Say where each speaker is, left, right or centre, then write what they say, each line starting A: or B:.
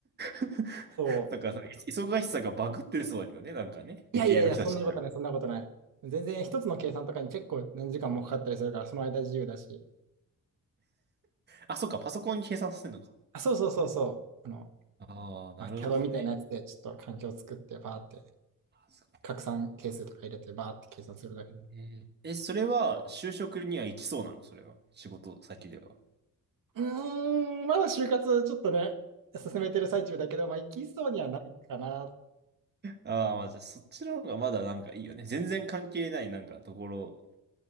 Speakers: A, on the right; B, on the right.
A: <laughs>
B: そ
A: だからさ、い忙しさがバグってそうだけどね、なんかね。理系の人たちって。
B: う。いやいやいや、そんなことない、そんなことない。全然一つの計算とかに結構何時間もかかったりするから、その間自由だし。
A: あ、そっか、パソコンに計算させるのか。
B: あ、そうそうそうそう。あの、
A: ああ、なるほどね。
B: まあ、CAD みたいなやつでちょっと環境を作って、バーって
A: あそう
B: 拡散係数とか入れて、バーって計算するだけだ。
A: ねえ、それは就職には行きそうなのそれは。仕事先では。
B: うーん、まだ就活ちょっとね、進めてる最中だけど、まあ、行きそうにはないかなっ
A: ああ、まあ、じゃあそっちの方がまだなんかいいよね。全然関係ないなんかところ、